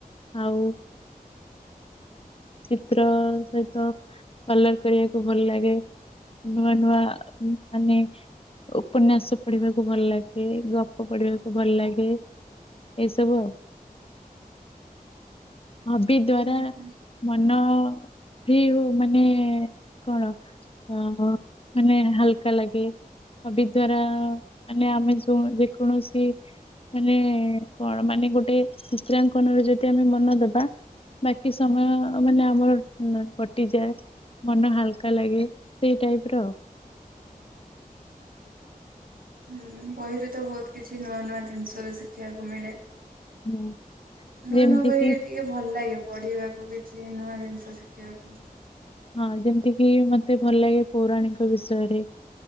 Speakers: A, on the left (about 40°); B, on the right (about 70°).
A: ଆଉ ଚିତ୍ର ସହିତ କଲର କରିବାକୁ ଭଲ ଲାଗେ। ନୂଆ ନୂଆ ମାନେ ଉପନ୍ୟାସ ପଢିବାକୁ ଭଲ ଲାଗେ, ଗପ ପଢିବାକୁ ଭଲ ଲାଗେ। ଏସବୁ ଆଉ। ହବି ଦ୍ଵାରା
B: ହୁଁ ହୁଁ
A: ମନ ଫ୍ରି ହଉ ମାନେ କଣ ଅ ମାନେ ହାଲକା ଲାଗେ ହବି ଦ୍ଵାରା ମାନେ ଆମେ ଯୋଉ ଯେକୌଣସି ମାନେ କଣ ମାନେ ଗୋଟେ ଚିତ୍ରାଙ୍କନରେ ଯଦି ଆମେ ମନ ଦବା ବାକି ସମୟ ମାନେ ଆମର କଟିଯାଏ। ମନ ହାଲକା ଲାଗେ। ସେଇ ଟାଇପ ର ଆଉ।
B: ହୁଁ ବହିରୁ ତ ବହୁତ କିଛି ନୂଆ ନୂଆ ଜିନିଷ ବି ଶିଖିବାକୁ ମିଳେ।
A: ହୁଁ
B: ନୂଆ
A: ଯେମିତି
B: ନୂଆ ବହିରେ
A: କିି
B: ଟିକ ଟିକେ ଭଲ ଲାଗେ ପଢିବାକୁ କିଛି ନୂଆ ଜିନିଷ ଶିଖିବାକୁ।
A: ହଁ ଯେମତି କିି ମତେ ଭଲ ଲାଗେ ପୌରାଣିକ ବିଷୟ।